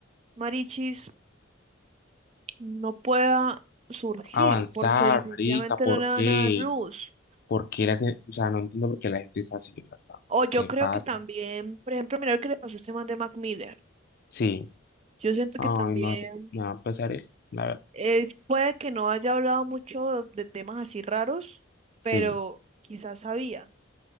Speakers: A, on the right; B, on the left.
A: Marichis no pueda surgir,
B: Avanzar,
A: porque definitivamente
B: marica. ¿Por
A: no le van
B: qué?
A: a dar luz.
B: ¿Por qué la gente? O sea, no entiendo por qué la gente es así, ¿verdad?
A: O
B: Se
A: yo creo
B: pasa.
A: que también, por ejemplo, mira lo que le pasó a este man de Mac Miller.
B: Sí.
A: Yo siento
B: Ay,
A: que también
B: no. Me va a empezar él. La verdad.
A: Él puede que no haya hablado mucho de temas así raros, pero
B: Sí.
A: quizás sabía.